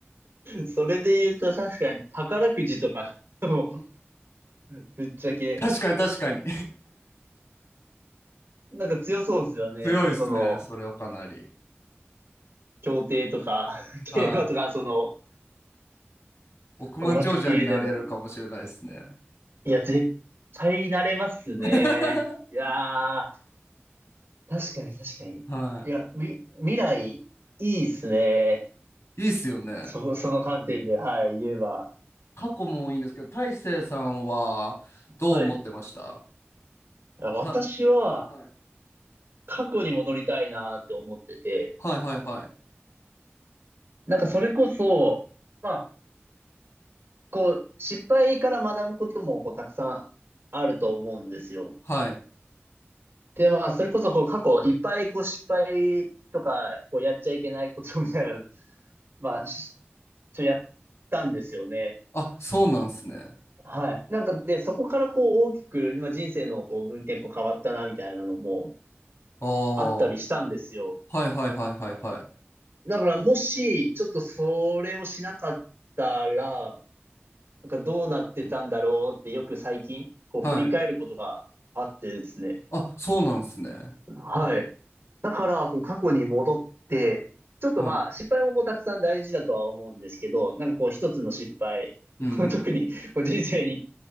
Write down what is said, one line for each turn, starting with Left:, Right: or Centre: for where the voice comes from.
Right: それで言うと確かに宝くじとか、もうぶっちゃけ、
Left: 確かに確かに。
Right: なんか強そうですよね。
Left: 強いですね、
Right: その、
Left: それはかなり。
Right: 競艇とか、競馬とか、
Left: はい。
Right: その、
Left: 億万長者になれるかもしれないですね。
Right: 娯楽系でも。いや、絶対慣れますね。
Left: <laughs>
Right: いやー。確かに確かに。
Left: は
Right: いや、み、未来、いいですね。
Left: い。いいっすよね。
Right: そ、その観点で、はい、言えば。
Left: 過去もいいんですけど、大成さんはどう思ってました
Right: はい。私は、
Left: た、はい、
Right: 過去に戻りたいなって思ってて、
Left: はいはいはい。
Right: なんかそれこそ、まあ、こう、失敗から学ぶことも、こう、たくさんあると思うんですよ。
Left: はい。
Right: で、まあ、それこそ、こう、過去、いっぱい、こう、失敗とか、こう、やっちゃいけないことみたいなの、まあ、しちょ、やったんですよね。
Left: あ、そうなんすね。
Right: はい。なんかで、そこからこう大きく、今人生のこう分岐点こう変わったなみたいなのも
Left: ああ、
Right: あったりしたんですよ。
Left: はいはいはいはいはい。
Right: だからもし、ちょっとそれをしなかったら、なんかどうなってたんだろうってよく最近、こう振り返ることがあってですね。
Left: はい。あ、そうなんすね。
Right: はい。だから、こう過去に戻って、ちょっとまあ、
Left: はい。
Right: 失敗もこうたくさん大事だとは思うんですけど、なんかこう一つの失敗、
Left: うんうん。
Right: <laughs> 特にこう人生に